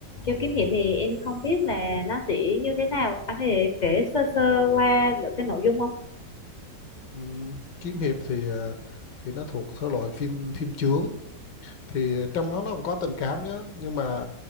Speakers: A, on the left (about 45°); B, on the left (about 70°).
A: Kiêu kiếm hiệp thì em không biết là nó sẽ như thế nào. À, thì kể sơ sơ qua được cái nội dung không?
B: ừ. kiếm hiệp thì ờ, thì nó thuộc thể loại phim phim chướng thì trong đó nó cũng có tình cảm nhá nhưng mà